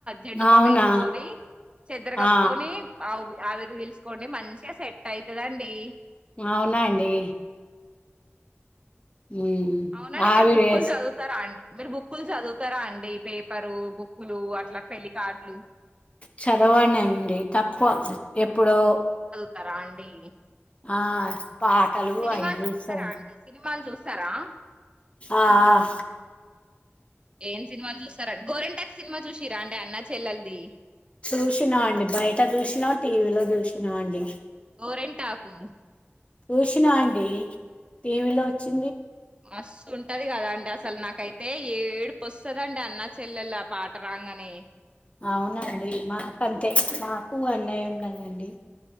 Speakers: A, on the right; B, on the left.
A: జండుబామ్
B: అవునా
A: వేసుకొని చెద్దర కప్పుకొని.
B: ఆ
A: ఆవు రి ఆవిరి పీల్సుకోండి మంచిగా సెట్ అయితదండి.
B: అవునా అండి. ఉమ్,
A: అవునండి
B: ఆవిరి
A: మీరు బుక్కులు
B: వేసి
A: చదువుతారా అండి. మీరు బుక్కులు చదువుతారా అండి పేపరు బుక్. కులు అట్లా పెళ్లి కార్డులు.
B: చదవానండి తక్కువ ఎప్పుడో.
A: కర అండి.
B: ఆహ్ పాటలు
A: సినిమాలు
B: అయి చూస్తామండి.
A: చూస్తారా అండి సినిమాలు చూస్తారా
B: ఆహ్ హ్.
A: ఏం సినిమాలు చూస్తారండి గోరెంటాకు సినిమా చూసింరా అండి అన్న చెల్లెల్ది.
B: చూసినా అండి బయట చూసినా టీవీలో చూసినా అండి.
A: గోరింటాకు.
B: చూసినా అండి టీవీలో వచ్చి.
A: మస్తు ఉంటది కదా అండి అసలు నాకైతే ఏడుపు వస్తదండి అన్న చెల్లెళ్ల ఆ పాట. రాంగనే
B: అవునండి మా అక్క అంతే. నాకు అన్నయ్య ఉన్నరండి